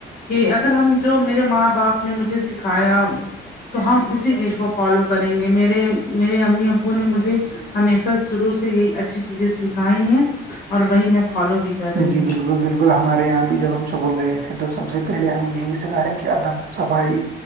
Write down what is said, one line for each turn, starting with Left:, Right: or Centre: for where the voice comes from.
Left: کہ اگر ہم جو میرے ماں باپ نے مجھے سکھایا تو ہم اسی چیز کو فالو کریں گے میرے میرے امی ابو نے مجھے ہمیشہ شروع سے یہی اچھی چیزیں سکھائی ہیں اور وہی میں فالو بھی کر رہی
Right: جی
Left: ہوں
Right: بالکل بالکل ہمارے یہاں بھی جب ہم سکول گئے تھے تو سب سے پہلے ہمیں یہی سکھا ہے کہ ادب صفائی